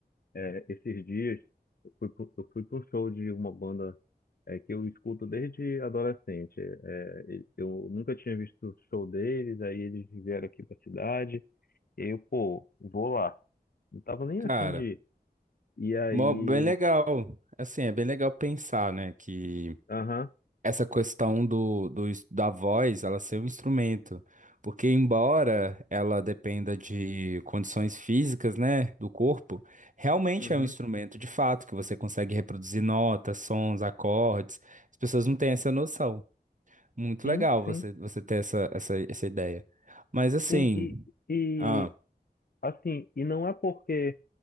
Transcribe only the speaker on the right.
cara.
Mó- Bem legal. Assim, é bem legal pensar, né, que
essa questão do, do, ins- da voz, ela ser um instrumento, porque embora ela dependa de condições físicas, né, do corpo, realmente
é um instrumento de fato que você consegue reproduzir notas, sons, acordes. As pessoas não têm essa noção. Muito
legal você
você ter essa essa, essa ideia. Mas assim,
ah,